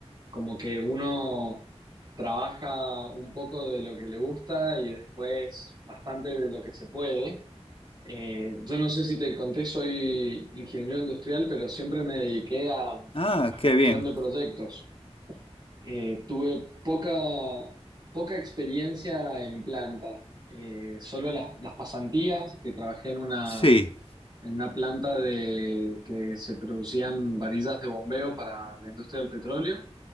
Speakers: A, on the right (about 40°); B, on the left (about 55°).
A: como que uno trabaja un poco de lo que le gusta y después bastante de lo que se puede. Eh, yo no sé si te conté, soy ingeniero industrial, pero siempre me dediqué a, a
B: Ah, qué
A: gestión
B: bien.
A: de proyectos. Eh, tuve poca, poca experiencia en planta, Eh, solo las, las pasantías, que trabajé en una,
B: Sí,
A: en una planta de, que se producían varillas de bombeo para la industria del petróleo.